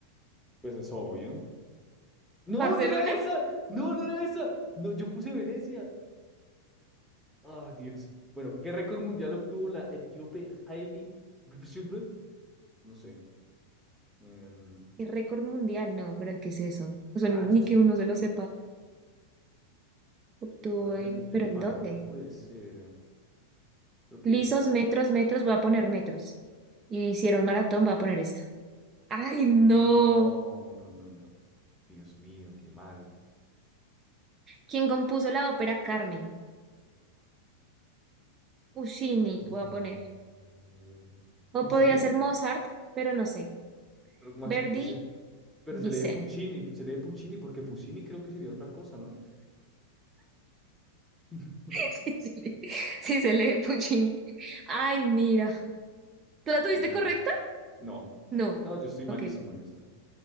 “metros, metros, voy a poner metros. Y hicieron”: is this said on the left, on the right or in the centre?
Right